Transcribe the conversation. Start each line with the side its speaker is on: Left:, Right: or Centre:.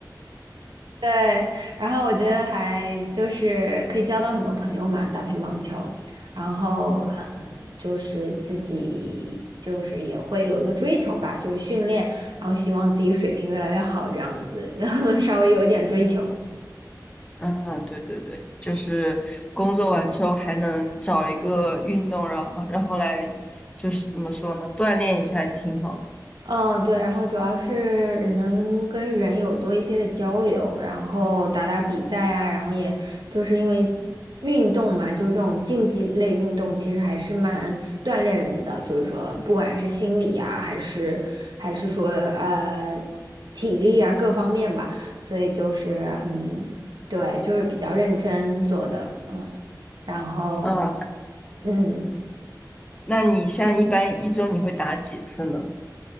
Right: 对，然后我觉得还就是可以交到很多朋友嘛，打乒乓球，然后呃，
Left: 嗯。
Right: 就是自己就是也会有一个追求吧，就是训练，然后希望自己水平越来越好这样子，<laughs> 然后稍微有一点追求。
Left: 啊，对对对，就是工作完之后还能找一个运动，然后然后来就是怎么说呢，锻炼一下也挺好的。
Right: 嗯，呃对，然后主要是能跟人有多一些的交流，然后打打比赛啊，然后也就是因为运动嘛，就这种竞技类运动，其实还是蛮锻炼人的，就是说不管是心理呀、还是还是说呃体力啊各方面吧，所以就是嗯，对，就是比较认真做的，嗯，然后。
Left: 啊，
Right: 嗯。
Left: 那你像一般一周你会打几次呢？